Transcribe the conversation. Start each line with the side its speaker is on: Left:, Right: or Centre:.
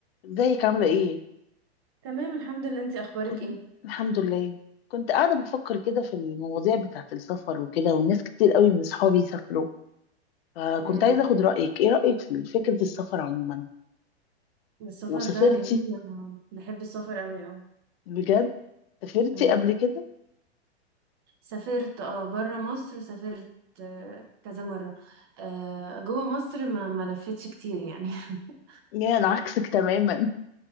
Left: ازيك عاملة ايه؟
Right: تمام الحمد لله انت اخبارك
Left: كنت
Right: ايه
Left: الحمد لله كنت قاعدة بفكر كده في المواضيع بتاعة السفر وكده والناس كتير قوي من اصحابي سافروا فكنت
Right: امم
Left: عايزة اخد رأيك ايه رأيك في فكرة السفر عموما
Right: السفر
Left: وسافرتي
Right: ده جميل اه بحب السفر قوي اه
Left: بجد سافرتي
Right: امم
Left: قبل كده؟
Right: سافرت اه بره مصر سافرت آه، كذا مرة آه، جوه مصر ما ما لفتش كتير يعني <laughs>
Left: يا انا عكسك تماما